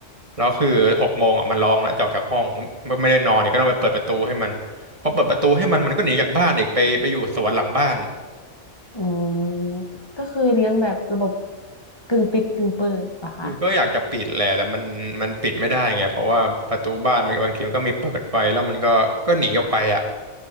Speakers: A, on the right; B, on the left.
A: แล้วคือหกโมงอ่ะมันร้องแล้วจะออกจากห้องมันไม่ได้นอนเนี่ยก็ต้องไปเปิดประตูให้มันพอเปิดประตูให้มันมันก็หนีจากบ้านอีกไปไปอยู่สวนหลังบ้าน
B: อืมก็คือเลี้ยงแบบระบบกึ่งปิดกึ่งเปิดเหรอคะ
A: คือก็อยากจะปิดแหละแต่มันมันปิดไม่ได้ไงเพราะว่าประตูบ้านมันบางทีมันก็มีเปิดไว้แล้วมันก็ก็หนีออกไปอ่ะ